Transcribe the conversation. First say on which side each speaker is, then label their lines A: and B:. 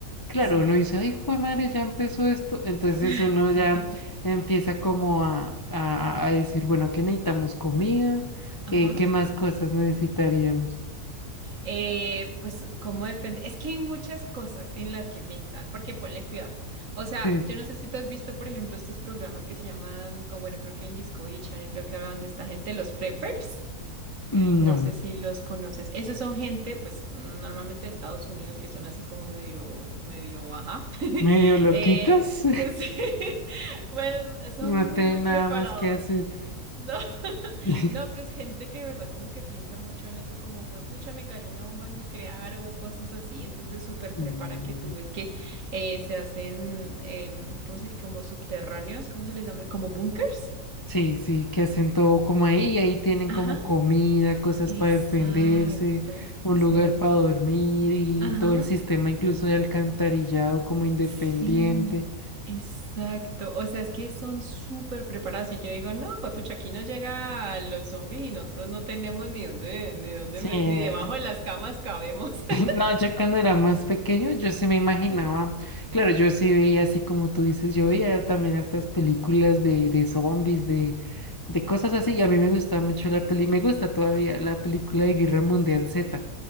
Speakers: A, on the left; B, on the right.
A: Claro,
B: sí.
A: uno dice, ay, Juan madre, ya empezó esto. Entonces
B: <laughs>
A: uno ya empieza como a, a, a decir, bueno, ¿qué necesitamos? Comida,
B: Ajá.
A: Eh, ¿qué más cosas necesitaríamos?
B: Eh, pues, ¿cómo defender? Es que hay muchas cosas en las que pensar, porque ponle cuidado. O sea,
A: Eh,
B: yo no sé si tú has visto, por ejemplo, estos programas que se llaman, o bueno, creo que en Discovery Channel, creo que hablaban de esta gente, los preppers.
A: no,
B: No sé si los conoces. Esos son gente, pues, mm, normalmente de Estados Unidos, que son así como medio, medio, ajá. <laughs>
A: medio loquitos,
B: Eh, sí, <laughs> pues
A: <laughs>
B: son
A: no
B: muy,
A: tienen
B: muy
A: nada
B: preparados.
A: más que hacer.
B: No, <laughs>
A: <laughs>
B: no, pero es gente que de verdad como que piensa mucho en eso, como juepucha, me cayó una bomba nuclear o cosas así, entonces súper
A: Mm,
B: preparan que tú ves que eh, se hacen, em, ¿cómo se, como subterráneos, ¿cómo se les llama? Como bunkers.
A: Sí, sí, que hacen todo como ahí, y ahí tienen
B: Ajá,
A: como comida, cosas
B: exacto,
A: para defenderse, un
B: sí.
A: lugar para dormir y
B: Ajá,
A: todo el sistema incluso de alcantarillado como independiente.
B: sí, exacto. O sea, es que son súper preparados y yo digo, no, juepucha, aquí no llega a los zombies y nosotros no tenemos ni dónde, ni dónde,
A: Sí,
B: met-
A: <laughs>
B: ni debajo de las camas cabemos. <laughs>
A: no, yo cuando era más pequeño, yo sí me imaginaba,
B: Sí.
A: claro, yo sí veía así como tú dices, yo veía también hartas películas de, de zombies, de, de cosas así, y
B: Sí,
A: a mí me gustaba mucho la peli, me gusta todavía la película de Guerra Mundial Z.